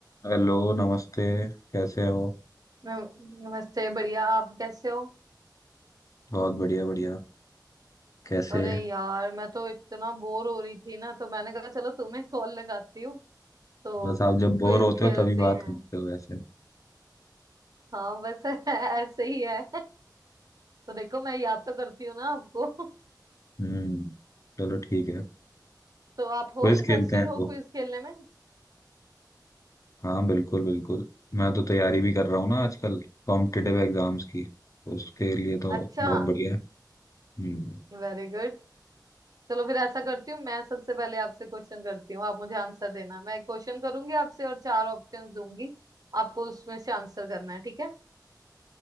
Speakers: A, on the left; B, on the right.
A: Hello नमस्ते कैसे हो
B: नम- नमस्ते बढ़िया आप कैसे हो
A: बहुत बढ़िया बढ़िया कैसे
B: अरे यार मैं तो इतना बोर हो रही थी ना तो मैंने कहा चलो तुम्हें कॉल लगाती हूँ तो
A: बस आप जब
B: क्विज
A: बोर होते
B: खेलते
A: हो तभी बात
B: हैं
A: करते हो वैसे
B: हाँ बस <laughs> ऐसे ही है तो देखो मैं याद तो करती हूँ ना आपको <laughs>
A: हम्म चलो ठीक है
B: तो आप हो
A: क्विज
B: इंटरेस्टेड
A: खेलते हैं
B: हो
A: तो
B: क्विज खेलने में
A: हाँ बिल्कुल बिल्कुल मैं तो तैयारी भी कर रहा हूँ ना आजकल कॉम्पिटिटिव
B: हम्म।
A: एग्जाम्स की उसके लिए तो
B: अच्छा
A: बहुत बढ़िया है हम्म
B: वेरी गुड चलो फिर ऐसा करती हूँ मैं सबसे पहले आपसे क्वेश्चन करती हूँ आप मुझे आंसर देना मैं क्वेश्चन करूंगी आपसे और चार ऑप्शंस दूंगी आपको उसमें से आंसर करना है ठीक है